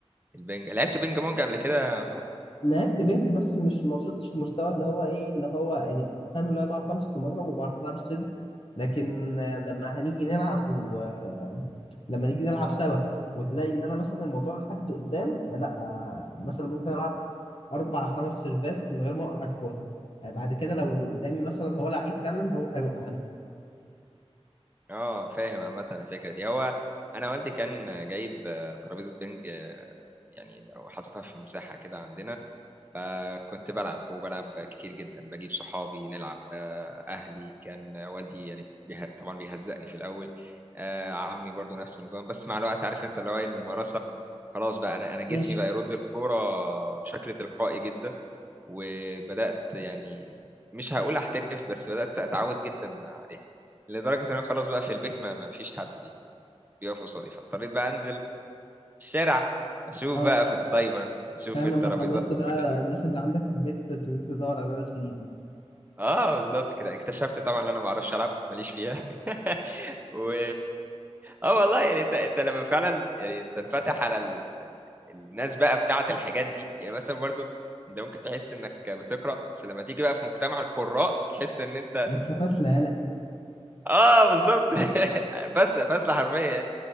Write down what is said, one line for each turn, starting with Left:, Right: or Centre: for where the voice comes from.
Right: البينج لعبت بينج بونج قبل كده يا محمود
Left: لعبت بنج بس مش ما وصلتش للمستوى اللي هو ايه اللي هو يعني فاهم اللي هو بعرف امسك المضرب وبعرف العب السلم لكن آه، لما هنيجي نلعب و آه، لما نيجي نلعب سوا وتلاقي ان انا مثلا الموضوع لحد قدام آه، لا آه، مثلا ممكن العب اربع خمس سيرفات من غير ما اوقع الكوره آه، بعد كده لو اللي قدامي مثلا هو لعيب فعلا هو هيوقعني
Right: اه فاهم عامة الفكرة دي هو انا والدي كان جايب آه، ترابيزة بينج آه، يعني وحاططها في مساحة كده عندنا فكنت بلعب وبلعب كتير جدا بجيب صحابي نلعب آه، أهلي كان والدي يعني بيه... طبعا بيهزقني في الأول آه، عمي برضو نفس النظام بس مع الوقت عارف انت اللي هو إيه، الممارسة خلاص بقى انا انا جسمي
Left: ماشي
Right: بقى يرد الكوره بشكل تلقائي جدا وبدات يعني مش هقول احترف بس بدات اتعود جدا عليها لدرجه ان انا خلاص بقى في البيت ما, ما فيش حد بي- بيقف قصادي فاضطريت بقى انزل الشارع اشوف
Left: اه
Right: بقى في السايبر اشوف
Left: فاهم
Right: الترابيزات
Left: لما خلصت بقى
Right: هنا
Left: الناس اللي عندك في البيت ابتديت تدور على ناس جديده
Right: اه بالظبط كده اكتشفت طبعا ان انا ما اعرفش العب ماليش فيها <laughs> و اه والله يعني انت انت لما فعلا يعني تنفتح على ال... الناس بقى بتاعه الحاجات دي يعني مثلا برضو انت ممكن تحس انك بتقرا بس لما تيجي بقى في مجتمع القراء تحس ان انت
Left: <laughs> انت فاشله
Right: اه بالظبط <laughs> فاسله فاسله حرفيا يعني